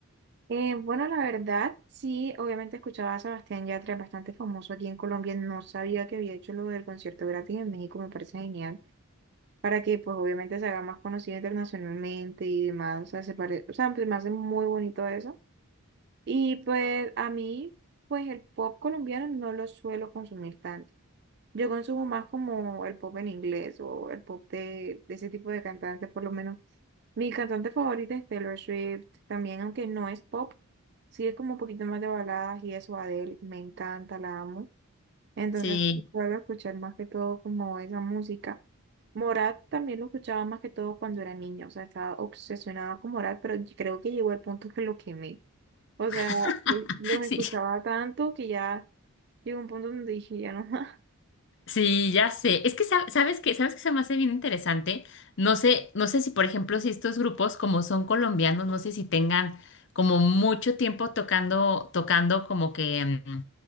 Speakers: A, on the right; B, on the left.
A: Eh, bueno, la verdad, sí, obviamente escuchaba a Sebastián Yatra, es bastante famoso aquí en Colombia, no sabía que había hecho lo del concierto gratis en México, me parece genial, para que pues obviamente se haga más conocido internacionalmente y demás, o sea, se pare- o sea, pues, me hace muy bonito eso. Y pues a mí, pues el pop colombiano no lo suelo consumir tanto. Yo consumo más como el pop en inglés o el pop de, de ese tipo de cantantes, por lo menos. Mi cantante favorita es Taylor Swift, también, aunque no es pop, sí es como un poquito más de baladas y eso, Adele, me encanta, la amo. Entonces,
B: Sí,
A: suelo escuchar más que todo como esa música. Morat también lo escuchaba más que todo cuando era niña, o sea, estaba obsesionada con Morat, pero yo creo que llegó el punto que lo quemé. O sea,
B: <laughs>
A: eh, los escuchaba
B: sí,
A: tanto que ya llegó un punto donde dije, ya no más. <laughs>
B: sí, ya sé. Es que sab- sabes que, sabes que se me hace bien interesante. No sé, no sé si, por ejemplo, si estos grupos, como son colombianos, no sé si tengan como mucho tiempo tocando, tocando como que mm,